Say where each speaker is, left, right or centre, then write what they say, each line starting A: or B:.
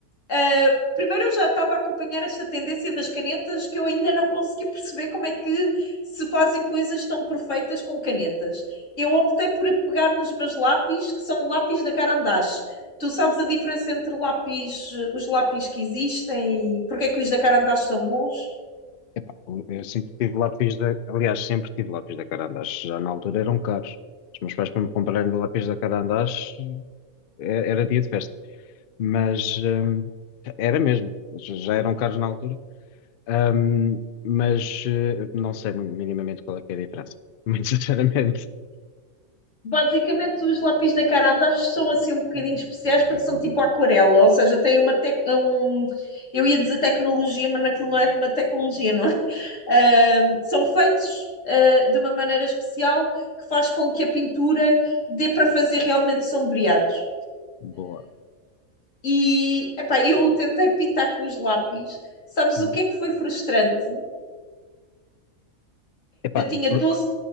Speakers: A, on the left; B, on the left.
A: Uh, primeiro, eu já estava a acompanhar esta tendência das canetas que eu ainda não consegui perceber como é que se fazem coisas tão perfeitas com canetas. Eu optei por pegar nos meus lápis, que são lápis da Carandache. Tu sabes a diferença entre lápis, os lápis que existem e porque é que os da Carandache são bons?
B: Epá, eu sempre tive lápis da. Aliás, sempre tive lápis da Carandás. Já na altura eram caros. Os meus pais, para me comprarem lápis da Carandás, é- era dia de festa. Mas hum, era mesmo. Já já eram caros na altura. Ahm, mas eh, não sei minimamente qual é que é a diferença. <laughs> Muito sinceramente.
A: Basicamente, os lápis da Carandache são assim um bocadinho especiais porque são tipo aquarela, ou seja, tem uma tec- um, eu ia dizer tecnologia, mas naquilo não é uma tecnologia, não é? <laughs> Ahm, são feitos ah, de uma maneira especial que faz com que a pintura dê para fazer realmente sombreados.
B: Boa.
A: E epá, eu tentei pintar com os lápis. Sabes
B: Hum.
A: o que é que foi frustrante?
B: Epá,
A: Eu tinha
B: por-
A: doze